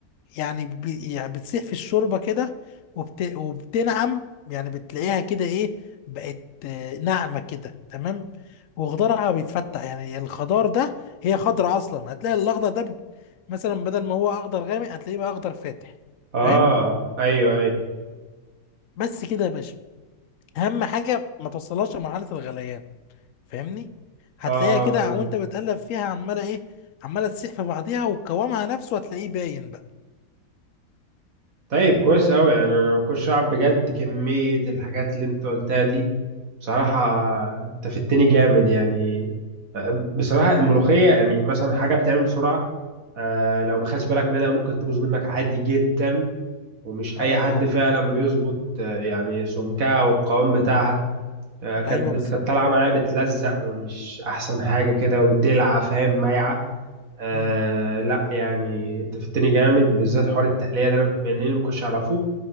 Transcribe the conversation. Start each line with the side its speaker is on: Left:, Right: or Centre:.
Left: يعني بي يعني بتسيح في الشوربه كده وبت وبتنعم يعني بتلاقيها كده ايه بقت آه، ناعمه كده تمام وخضارها بيتفتح يعني الخضار ده هي خضرة اصلا هتلاقي الاخضر ده بي- مثلا بدل ما هو اخضر غامق هتلاقيه بقى اخضر فاتح
Right: اه
Left: فاهم
Right: ايوه ايوه
Left: بس كده يا باشا اهم حاجه ما توصلهاش لمرحله الغليان فاهمني هتلاقيها
Right: اه
Left: كده
Right: اه فهمت
Left: وانت بتقلب فيها عماله ايه عماله تسيح في بعضيها وقوامها نفسه هتلاقيه باين بقى
Right: طيب كويس قوي يعني انا ما كنتش اعرف بجد كمية الحاجات اللي انت قلتها دي بصراحة انت فدتني جامد يعني آه، بصراحة الملوخية يعني مثلا حاجة بتعمل بسرعة آه لو ما خدش بالك منها ممكن تبوظ منك عادي جدا ومش
Left: اه
Right: اي
Left: اه
Right: حد فعلا بيظبط آه، يعني سمكها والقوام بتاعها آه، كانت
Left: ايوه
Right: بت-
Left: بالظبط
Right: كانت طالعه معايا بتلزق ومش احسن حاجه كده ودلعه فاهم مايعه آه
Left: امم
Right: لا يعني انت فدتني جامد بالذات حوار التقليه ده أنا- لان انا ما كنتش اعرفه